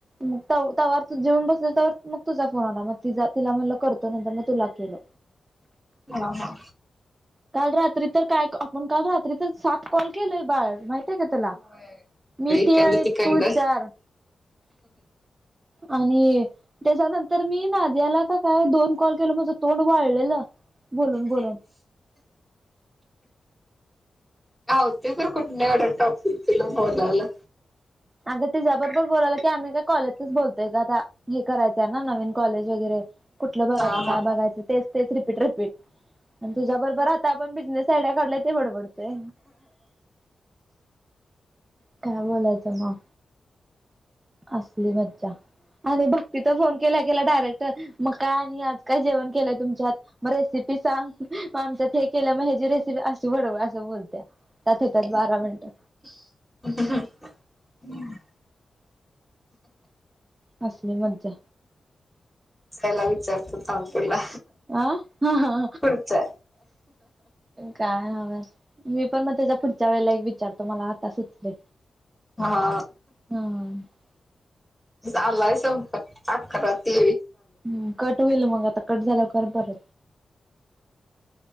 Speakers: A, on the right; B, in the centre.
A: मग तव त्यावर जेवुन बसले त्यावर मग तुझा फोन आला मग तिझा तिला म्हटलं करतो नंतर मग तुला केलो
B: हा हा
A: काल रात्री तर काय आपण काल रात्री तर सात कॉल केलंय बाळ माहित माहिती का तुला
B: होय
A: मी
B: इकंड
A: तीन आणि
B: तिकंड
A: तू चार आणि त्याच्यानंतर मी नाद्याला काय दोन कॉल केलो माझ तोंड वाळलेलं बोलून बोलून
B: हो होत तर कुठल टॉप त बोलायला
A: अगं तेझ्या बरोबर बोलायला की आम्ही काय कॉलेजच बोलतोय गं आता हे करायचं आहे ना नवीन कॉलेज वगैरे कुठलं बघायचं
B: हा
A: काय
B: हा
A: बघायचं तेच तेच रिपीट रिपीट आणि तुझ्या बरोबर आता आपण बिझनेस आयडिया काढलोय ते बडबडतोय काय बोलायचं मग असली मज्जा आणि भक्ती तर फोन केला केला डायरेक्ट मग काय आणि आज काय जेवण केलंय तुमच्यात मग रेसिपी सांग मग आमच्यात हे केलं मग हेची रेसिपी अशी बडबडत्या अस बोलत्या त्यात होत्याात बारा मिनटं
B: ह हम्
A: असली मज्जा
B: जायला विचारतो थांब तुला
A: हा हाहा
B: पुढचा
A: काय नव्हच पण मग त्याच्या पुढच्या वेळेला एक विचारतो मला आता सुचलय
B: हा
A: ह
B: झालाय संप अकराात ते
A: हम् कट होईल मग आता कट झाल्या खर बर